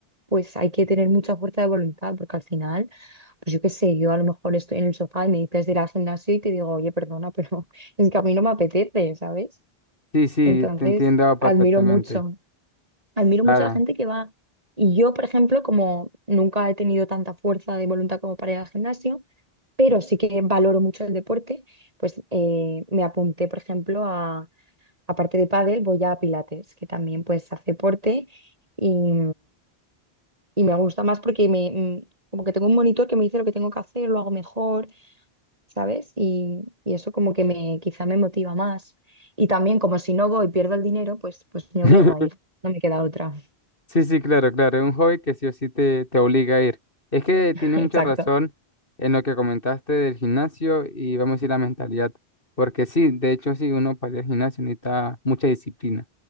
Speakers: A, on the right (about 35°); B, on the left (about 55°).
A: pues hay que tener mucha fuerza de voluntad porque al final, pues yo qué sé, yo a lo mejor estoy en el sofá y me dices de ir al gimnasio y te digo, oye, perdona, pero <laughs> es que a mí no me apetece, ¿sabes?
B: Sí, sí,
A: Entonces,
B: te entiendo perfectamente.
A: admiro mucho. Admiro
B: Claro.
A: mucho a la gente que va. Y yo, por ejemplo, como nunca he tenido tanta fuerza de voluntad como para ir al gimnasio, pero sí que valoro mucho el deporte, pues eh, me apunté, por ejemplo, a aparte de pádel, voy a pilates, que también pues hace deporte y, y me gusta más porque me, mm, como que tengo un monitor que me dice lo que tengo que hacer, lo hago mejor, ¿sabes? Y, y eso como que me, quizá me motiva más. Y también como si no voy y pierdo el dinero, pues, pues me
B: <laughs>
A: obligo a ir, no me queda otra.
B: Sí, sí, claro, claro. Es un hobby que sí o sí te, te obliga a ir. Es que
A: <laughs>
B: tienes
A: Exacto.
B: mucha razón en lo que comentaste del gimnasio y vamos a decir la mentalidad. Porque sí, de hecho, sí, uno para ir al gimnasio necesita mucha disciplina.